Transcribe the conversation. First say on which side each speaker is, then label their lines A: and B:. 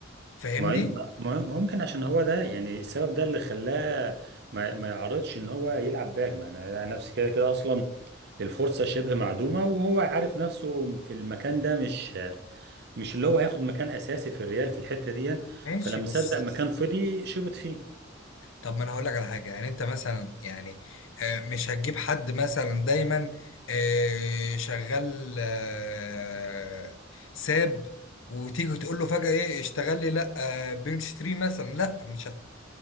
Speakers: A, on the left; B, on the right.
A: فاهمني
B: ما ما- ممكن عشان هو ده يعني السبب ده اللي خلاه ما, ما يعرضش ان هو يلعب باك بقى انا أنا نفسي كده كده اصلا الفرصه شبه معدومه وهو عارف نفسه في المكان ده مش مش اللي هو هياخد مكان اساسي في الريال في الحته دي
A: ماشي
B: فلما
A: بس
B: صدق مكان فضي شبط فيه
A: طب ما انا هقول لك على حاجه يعني انت مثلا يعني آه، مش هتجيب حد مثلا دايما آه، شغال آه، ساب وتيجي تقول له فجاه ايه اشتغل لي لا آه، بنش تري مثلا لا مش ه-